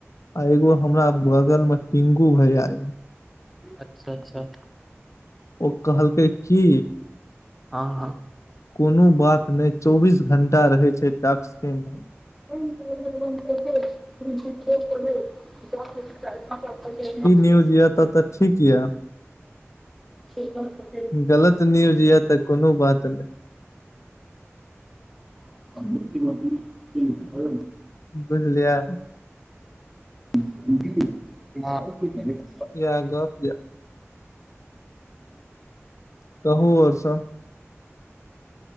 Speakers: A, on the left; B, in the centre.
A: आ एगो हमरा बगल में, टिंकू भैया अय,
B: अच्छा -अच्छा,
A: ओ कहलकै की,
B: हँ, हँ,
A: कोनो बात नहि, चौबीस घंटा रहै छै, टक्सय में,
B: <unintelligible>
A: न्युज तब तऽ, ठीक या,
B: से कह <unintelligible>
A: गलत न्यूज या, तऽ कोनो बात नहि
B: <unintelligible> <inaudible> ई ह <unintelligible> <inaudible>
A: बुझलियै,
B: <unintelligible> <inaudible>
A: या गप य कहू ओर सब।